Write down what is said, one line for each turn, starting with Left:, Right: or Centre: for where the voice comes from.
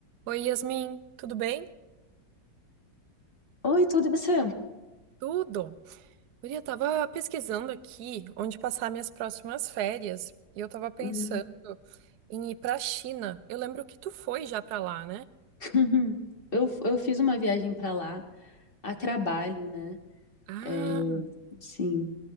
Right: Oi, Yasmin, tudo bem?
Left: Oi, tudo e você?
Right: Tudo. Guria, Eu tava pesquisando aqui onde passar minhas próximas férias e eu tava pensando
Left: Hum.
Right: em ir pra China. Eu lembro que tu foi já pra lá, né?
Left: <laughs> Eu, eu fiz uma viagem pra lá a trabalho, né?
Right: Ah,
Left: É, sim.